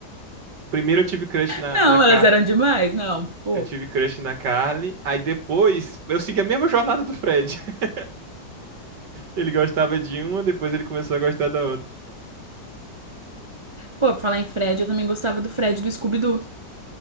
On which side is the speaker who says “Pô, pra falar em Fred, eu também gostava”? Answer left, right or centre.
Right